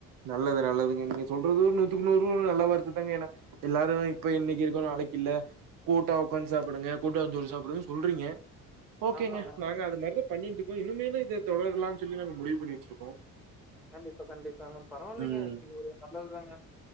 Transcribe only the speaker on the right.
நல்லது நல்லதுங்க நீங்க சொல்றது நூத்துக்கு நூறு நல்லா வார்த்ததாங்க ஏன்னா எல்லாரு இப்ப இன்னைக்கு இருக்கோ நாளைக்கு இல்ல கூட்டா ஒக்காந்து சாப்டுங்க கூட்டாஞ்சோறு சாப்டுங்க சொல்றீங்க ஓகேங்க
நாங்க அது மாரிதா பண்ணிட்டு இருக்கோ இன்னுமேலு இத தொடரலாம்னு சொல்லி நாங்க முடிவு பண்ணி வச்சுருக்கோ
ம்